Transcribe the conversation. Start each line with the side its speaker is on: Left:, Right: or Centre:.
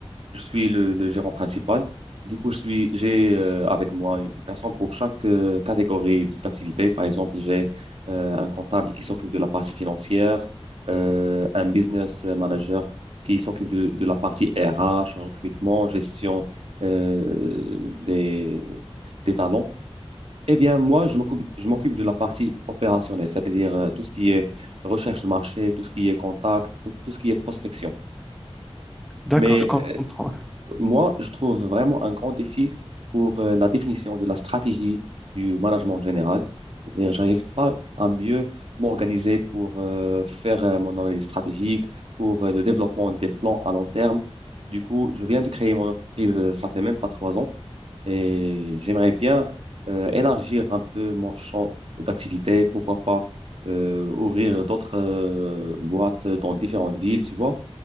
Right: je suis le, le gérant principal. Du coup, je suis, j'ai euh, avec moi une personne pour chaque euh, catégorie d'activité. Par exemple, j'ai euh, un comptable qui s'occupe de la partie financière, euh, un business manager qui s'occupe de, de la partie RH, recrutement, gestion euh, des, des talents. Eh bien, moi, je m'occupe, je m'occupe de la partie opérationnelle, c'est-à-dire euh, tout ce qui est recherche de marché, tout ce qui est contact, tout ce qui est prospection.
Centre: D'accord,
Right: Mais
Centre: je comprends.
Right: moi, je trouve vraiment un grand défi pour euh, la définition de la stratégie du management en général. C'est-à-dire, j'arrive pas à mieux m'organiser pour euh, faire euh, mon analyse stratégique, pour euh, le développement des plans à long terme. Du coup, je viens de créer mon entreprise, euh, ça fait même pas trois ans, et j'aimerais bien euh, élargir un peu mon champ d'activité. Pourquoi pas euh, ouvrir d'autres euh, boîtes dans différentes villes, tu vois.